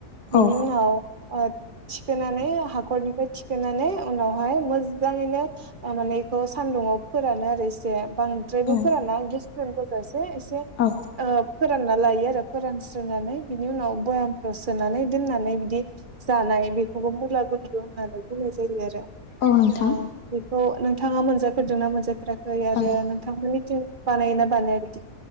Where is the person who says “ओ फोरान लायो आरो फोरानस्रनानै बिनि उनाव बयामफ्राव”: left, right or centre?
Right